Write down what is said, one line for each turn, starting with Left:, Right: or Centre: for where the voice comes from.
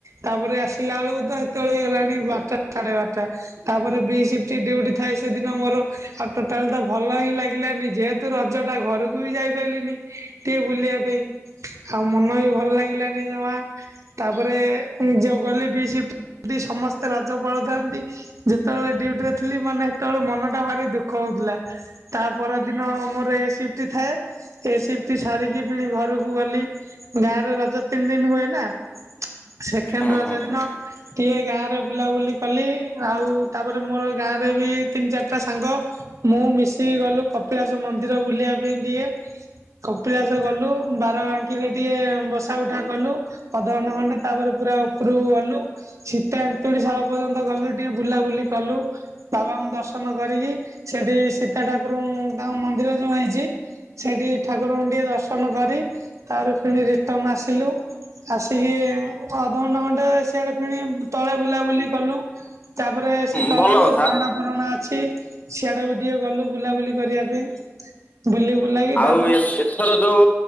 Right: ତାପରେ ଆସିଲାଳୁକୁ ତ ହେତେବେଳେ ହେଇଗଲାଣି ବାରଟା ସାଢେ ବାରଟା। ତାପରେ ବି ସିପ୍ଟି ଡଉଟି ଥାଏ ସେଦିନ ମୋର ଆଉ ଟୋଟାଲ ତ ଭଲ ହିଁ ଲାଗିଲାନି ଯେହେ ତୁ ରଜଟା ଘରକୁ ବି ଯାଇ ପାଇଲିନି। ଟିକେ ବୁଲିବା ପେଇଁ ଆଉ ମନ ବି ଭଲ ଲାଗିଲାନି ଜମା। ତାପରେ ଉଁ ଯୋଉ ଗଲି ବି ସିପ୍ଟି ବି ସମସ୍ତେ ରଜ ପାଳୁଥାନ୍ତି। ଯେତବେଳେ ଡିଉଟିରେ ଥିଲି ମାନେ ସେତେବେଳେ ମନଟା ଭାରି ଦୁଃଖ ହଉଥିଲା। ତା ପର ଦିନ ମୋର ଏ ସିପ୍ଟି ଥାଏ ଏ ସପ୍ ଟି ସାରିକି ଫିଣି ଘରକୁ ଗଲି ଗାଁରେ ରଜ ତିନ ଦିନ ହୁଏ ନା। ସେକେଣ୍ଡ
Left: ହୁଁ
Right: ରଜ
Left: ହୁଁ
Right: ଦିିନ
Left: ହୁଁ
Right: ଟିକେ ଗାଁରେ ବୁଲାବୁଲି କଲି ଆଉ ତାପରେ ମୋର ଗାଁରେ ବି ତିନ ଚାରିଟା ସାଙ୍ଗ। ମୁଁ ମିଶିକି ଗଲୁ କପିଳାସ ମନ୍ଦିର ବୁଲିଆ ପେଇଁ ଟିକେ। କପିଳାସ ଗଲୁ ବାରବାଙ୍କିରେ ଟିକେ ବସା ଉଠା କଲୁ। ଅଧଘଣ୍ଟେ ଖଣ୍ଡେ ତାପରେ ପୁରା ଓପରକୁ ଗଲୁ। ସୀତା ଏନ୍ତୁଡିଶାଳ ପର୍ଯ୍ୟନ୍ତ ଗଲୁ ଟିକେ ବୁଲାବୁଲି କଲୁ। ବାବାଙ୍କୁ ଦର୍ଶନ କରିକି ସେଠି ସୀତା ଠାକୁରୁଙ୍କୁ ତାଙ୍କ ମନ୍ଦିର ଯୋଉ ହେଇଚି ସେଇଠି ଠାକୁରଙ୍କୁ ଟିକେ ଦର୍ଶନ କରି ତାପରେ ଫିଣି ରିଟନ୍ ଆସିଲୁ। ଆସିକି ଅଧଘଣ୍ଟେ ଖଣ୍ଡେ ସିଆଡେ ଫିଣି ତଳେ ବୁଲାବୁଲି କଲୁ। ତାପରେ
Left: ହୁଁ
Right: ସେ ତଳେ
Left: ଭଲ
Right: ଯୋଉ
Left: କଥା
Right: ଝରଣା ଫରଣା ଅଛି ସିଆଡେ ବି ଟିକେ ଗଲୁ ବୁଲାବୁଲି କରିବା ପେଇଁ ବୁଲି ବୁଲାକି ତ
Left: ଯୋଉ ଏ ଏଥର ଯୋଉ